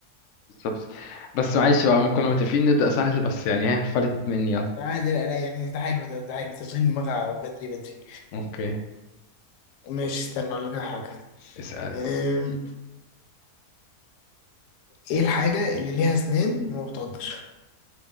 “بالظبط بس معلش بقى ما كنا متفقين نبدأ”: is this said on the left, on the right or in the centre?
Left